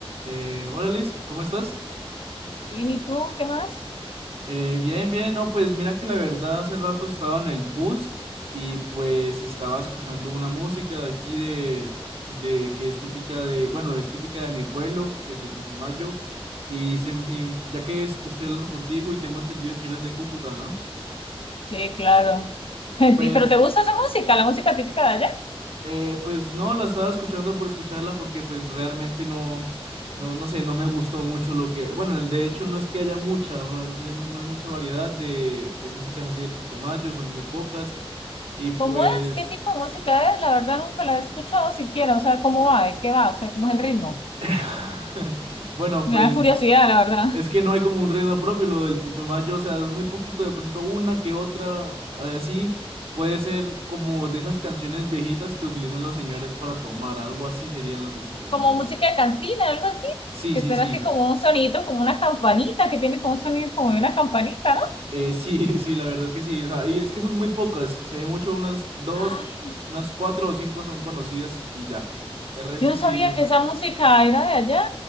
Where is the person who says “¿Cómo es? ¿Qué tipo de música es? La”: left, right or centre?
Left